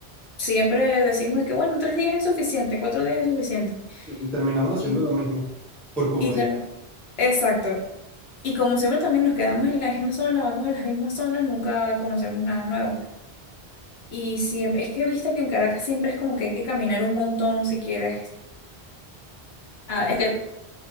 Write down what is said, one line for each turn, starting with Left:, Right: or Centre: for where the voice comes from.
Left: siempre decimos de que, bueno, tres días es suficiente, cuatro días es suficiente.
Centre: Y terminamos haciendo
Left: Y,
Centre: lo mismo, por comodidad.
Left: y termi- Exacto, Y como siempre también nos quedamos en la misma zona, vamos a las mismas zonas, nunca conocemos nada nuevo. Y siempre, es que viste que en Caracas siempre es como que hay que caminar un montón si quieres. Ah, es que